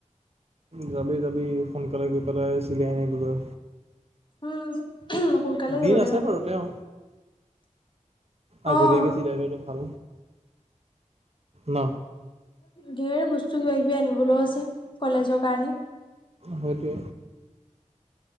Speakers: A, on the right; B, on the left.
A: যাবি যাবি সোনকালে গৈ পেলাই চিলাই আনিবগৈ
B: উম সোনকালে
A: দিন
B: যাব লাগিব।
A: আছে বাৰু তেওঁ। আগতীয়াকে
B: অ'
A: চিলাই থোৱাটো ভাল ন।
B: ধেৰ বস্তু কিবা কিবি আনিবলৈও আছে কলেজৰ কাৰণে।
A: হয়তো।